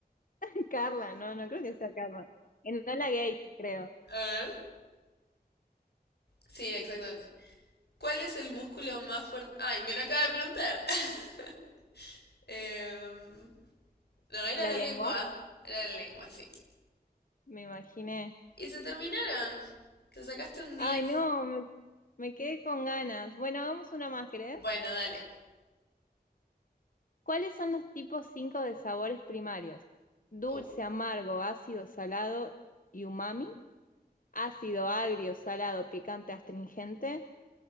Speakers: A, on the left; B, on the left.
A: <laughs> Carla, no, no creo que sea Carla. Enola Gate, creo.
B: A ver. Sí, exactamente. ¿Cuál es el músculo más fuerte? Ay, me lo acaba de preguntar. <laughs> Em, no, era
A: ¿La
B: la
A: lengua?
B: lengua. Era la lengua, sí.
A: Me imaginé.
B: Y se terminaron. Te sacaste un 10?
A: Ay, no, me, me quedé con ganas. Bueno, hagamos una más, ¿querés?
B: Bueno, dale.
A: ¿Cuáles son los tipos 5 de sabores primarios? Dulce,
B: Oh,
A: amargo, ácido, salado y umami. Ácido, agrio, salado, picante, astringente.